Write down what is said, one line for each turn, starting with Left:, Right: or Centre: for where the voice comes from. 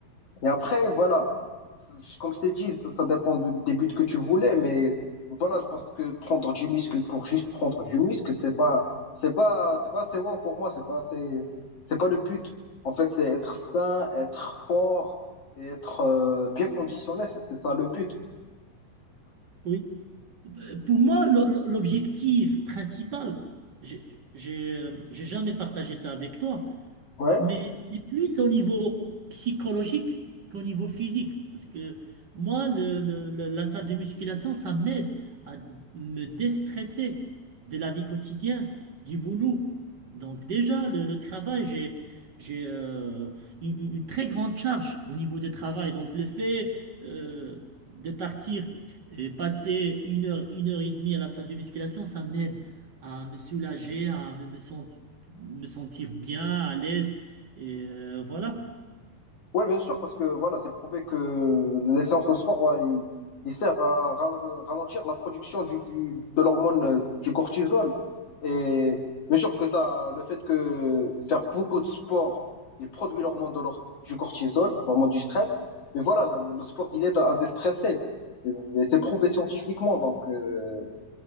Left: Et après, voilà, c- comme je t'ai dit, ça, ça dépend de- des buts que tu voulais, mais voilà, je pense que prendre du muscle pour juste prendre du muscle, c'est pas, c'est pas, c'est pas assez wow pour moi, c'est pas assez, c'est pas le but. En fait, c'est être sain, être fort, et être euh, bien conditionné, c'est c'est ça le but.
Right: Oui, pour moi, le- l'objectif principal, j'ai j'ai, euh, j'ai jamais partagé ça avec toi,
Left: Ouais,
Right: mais c'est plus au niveau psychologique qu'au niveau physique. Parce que moi, le- le- le- la salle de musculation, ça m'aide à me déstresser de la vie quotidienne, du boulot. Donc déjà, le, le travail, j'ai, j'ai euh, une, une- une très grande charge au niveau du travail. Donc le fait euh, de partir et passer une heure, une heure et demie à la salle de musculation, ça m'aide à me soulager, à me me sentir me sentir bien, à l'aise et euh, voilà.
Left: Ouais, bien sûr, parce que voilà, c'est prouvé que les séances de sport, ouais, ils, ils servent à ra- ralentir la production du, du- de l'hormone euh, du cortisol. Et bien sûr que t'as le fait que faire beaucoup de sport, il produit l'hormone de l'hor- du cortisol, l'hormone du stress. Mais voilà, le, le- le sport, il aide à, à déstresser. Et c'est prouvé scientifiquement. Donc, euh,